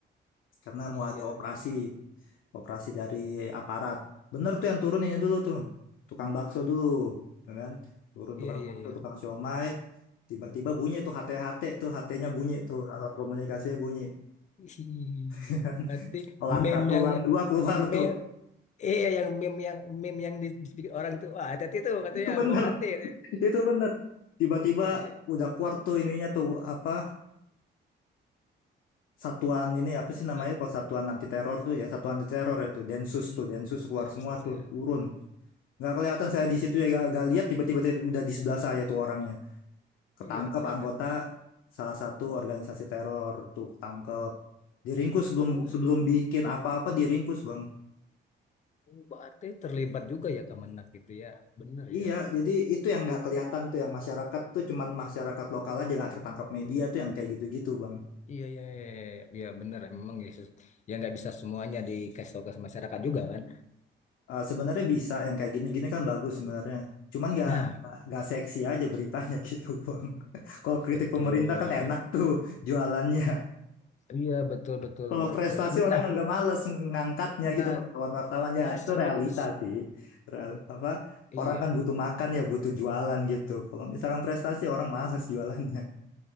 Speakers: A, on the left; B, on the left.
A: karena
B: Iya
A: mau ada operasi
B: iya
A: operasi dari aparat bener tuh yang turun ini dulu tuh tukang bakso dulu ya kan turun
B: iya
A: tukang
B: iya.
A: bakso
B: iya. <laughs>
A: tukang siomay tiba-tiba bunyi tuh HT-HT tuh HT-nya bunyi tuh alat komunikasinya bunyi
B: Ih,
A: <laughs>
B: Berarti
A: elang
B: meme
A: satu
B: yang
A: elang dua keluar
B: meme
A: tuh
B: iya yang meme yang meme yang dibikin orang itu wah hati-hati tuh katanya
A: itu bener
B: bawa hati. <laughs>
A: <laughs> itu bener tiba-tiba
B: Iya iya iya.
A: udah keluar tuh ininya tuh apa satuan ini apa sih namanya
B: Hat-
A: kalau satuan anti teror tuh ya satuan anti teror itu Densus
B: Mm-mm.
A: tuh Densus keluar
B: Dan
A: semua
B: sosial.
A: tuh turun nggak kelihatan saya di situ ya gak, nggak lihat tiba-tiba dia udah di sebelah saya tuh orangnya ketangkep
B: Iya keren.
A: anggota salah satu organisasi teror tuh ketangkep diringkus sebelum
B: Oh.
A: sebelum bikin apa-apa diringkus bang
B: Oh, Berarti terlibat juga ya Kemenak gitu ya. Bener
A: iya
B: ya.
A: jadi itu yang nggak kelihatan tuh yang masyarakat tuh cuman masyarakat lokal aja nggak tertangkap media tuh yang kayak gitu-gitu bang
B: Iya, iya, iya, iya, iya. Iya, bener. ya. Memang ya, sus- ya nggak bisa semuanya dikasih tahu ke masyarakat juga kan.
A: Eh, sebenarnya bisa yang kayak gini-gini kan bagus sebenarnya cuman nggak
B: Nah,
A: nggak seksi aja beritanya <laughs> gitu bang kalau kritik
B: betul.
A: pemerintah kan enak tuh jualannya
B: Iya, betul, betul,
A: Kalau
B: betul.
A: prestasi
B: Seben-
A: orang
B: Nah,
A: agak males ngangkatnya
B: nah,
A: gitu wartawan-wartawannya
B: nah seben,
A: itu realita
B: se-
A: sih. Real- apa
B: iya.
A: orang kan butuh makan ya butuh jualan gitu. Kalau misalkan prestasi orang males <laughs> jualannya.